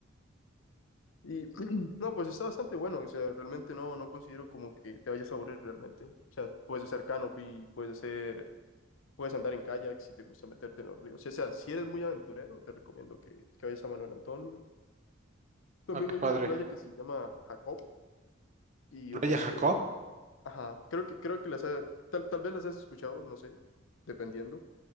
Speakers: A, on the left; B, on the right.
A: Y <clears throat> no, pues está bastante bueno. O sea, realmente no, no considero como que te vayas a aburrir realmente. O sea, puedes hacer canopy, puedes hacer, puedes andar en kayak si te gusta meterte en los ríos. O sea, si eres muy aventurero, te recomiendo que, que vayas a Manuel Antonio. También
B: ah, qué
A: hay
B: padre.
A: una playa que se llama Jacob y
B: Playa
A: ofrece,
B: Jacob.
A: ajá, creo que, creo que las, ha- tal, tal vez las has escuchado, no sé, dependiendo.